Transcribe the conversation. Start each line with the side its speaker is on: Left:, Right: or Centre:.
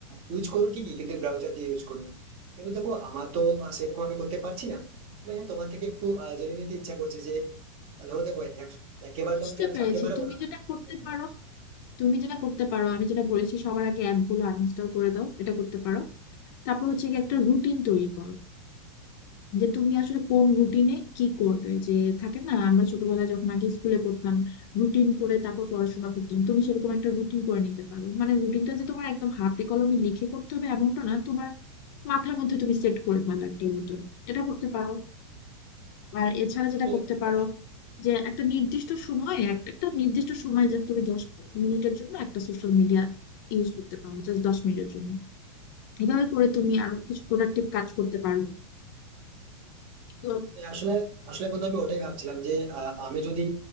Right: ইউজ করো ঠিকই কিন্তু ব্রাউজার দিয়ে ইউজ করো কিন্তু দেখো আমার তো আহ, সেরকম আমি করতে পারছি না তবে হ্যাঁ তোমার থেকে একটু আহ, জেনে নিতে ইচ্ছা করছে যে আহ, ধরো দেখো এক- একেবারে
Left: বুঝতে
Right: তো আমি যা
Left: পেরেছি
Right: ছাড়তে পারবো
Left: তুমি
Right: না
Left: যেটা করতে
Right: উম,
Left: পারো তুমি যেটা করতে পারো আমি যেটা বলেছি সবার আগে অ্যাপ গুলো আনইনস্টল করে দাও এটা করতে পারো তারপর হচ্ছে কি একটা রুটিন তৈরি করো যে তুমি আসলে কোন রুটিনে কি করবে যে থাকে না আমরা ছোটবেলায় যখন আগে স্কুলে পড়তাম রুটিন করে তারপর পড়াশোনা করতাম তুমি সেরকম একটা রুটিন করে নিতে পারো মানে রুটিনটা যে তোমার একদম হাতে কলমে লিখে করতে হবে এমনটা না তোমার মাথার মধ্যে তুমি সেট করে ফেলো একটা রুটিন এটা করতে পারো আর এছাড়া
Right: আসলে,
Left: যেটা করতে পারো
Right: আহ,
Left: যে একটা নির্দিষ্ট সময়ে একটা একটা নির্দিষ্ট সময় যে তুমি দশ মিনিটের জন্য একটা সোশ্যাল মিডিয়া ইউজ করতে পারো জাস্ট দশ মিনিটের জন্য এভাবে করে তুমি আরো কিছু প্রোডাক্টিভ কাজ করতে পারো তো
Right: হ্যাঁ, আসলে আসলে বন্ধু আমি ওটাই ভাবছিলাম যে আহ, আমি যদি